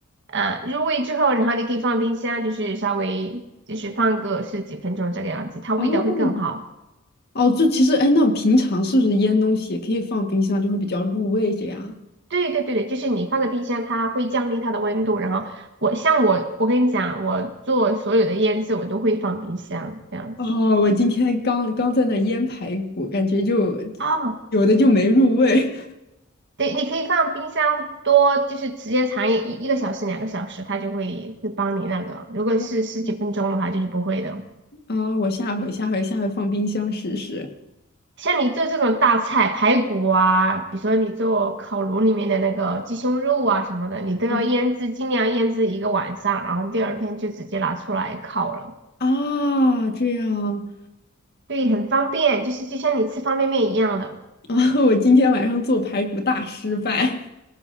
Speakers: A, on the right; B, on the left.
A: 啊，入味之后，然后你可以放冰箱，就是稍微就是放个十几分钟这个样子，它味道会更好。
B: 哦哦，这其实哎，那平常是不是腌东西也可以放冰箱，就会比较入味这样啊？
A: 对对对对，就是你放在冰箱，它会降低它的温度。然后我像我，我跟你讲，我做所有的腌制，我都会放冰箱这样子。
B: 哦，我今天刚刚在那腌排骨，感觉就
A: 哦，
B: 有的就没入味。
A: 对，你可以放冰箱多，就是时间长一一个小时、两个小时，它就会会帮你那个。如果是十几分钟的话，
B: <laughs> 嗯
A: 就是不会的。
B: 啊，我下回下回下回放冰箱试试。
A: 像你做这种大菜，排骨啊，比如说你做烤炉里面的那个鸡胸肉啊什么的，你都要腌制，
B: 嗯
A: 尽量腌制一个晚上，然后第二天就直接拿出来烤了。
B: 啊，这样，
A: 对，很方便，就是就像你吃方便面一样的。
B: <laughs> 我今天晚上做排骨大失败。